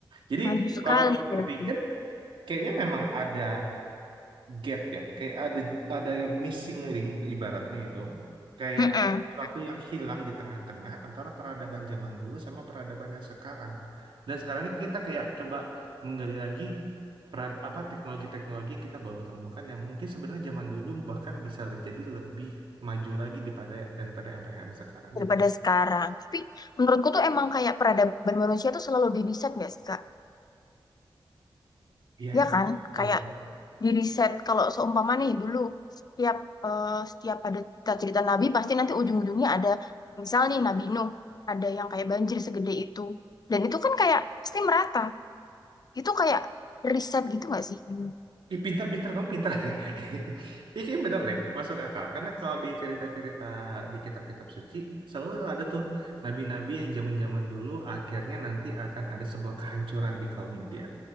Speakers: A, on the right; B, on the left.
A: Jadi
B: maju sekali
A: kalau dipikir-pikir
B: berarti.
A: kayaknya memang ada gap ya, kayak ada ada missing link ibaratnya itu. Kayak
B: Mm-mm.
A: suatu yang hilang di tengah-tengah antara peradaban zaman dulu sama peradaban yang sekarang. Dan sekarang ini kita kayak coba menggali lagi perad- apa teknologi-teknologi yang kita baru temukan yang mungkin sebenarnya zaman dulu bahkan bisa le- jadi lebih maju lagi daripada daripada apa yang ada sekarang ya
B: Daripada
A: nggak?
B: sekarang. Tapi menurutku tuh emang kayak peradaban manusia tuh selalu lebih riset nggak sih, Kak?
A: Iya,
B: Iya
A: ya,
B: kan?
A: kalau
B: Kayak
A: juga.
B: di riset kalau seumpama nih dulu setiap eh, setiap ada cerita-cerita nabi pasti nanti ujung-ujungnya ada misal nih Nabi Nuh ada yang kayak banjir segede itu dan itu kan kayak pasti merata itu kayak riset gitu nggak sih? Mm.
A: Ih, pinter-pinter kamu pinter ya. <laughs> Ih, kayaknya bener deh, masuk akal. Karena kalau di cerita-cerita di kitab-kitab suci, selalu ada tuh nabi-nabi yang zaman-zaman dulu akhirnya nanti akan ada sebuah kehancuran di kaumnya dia.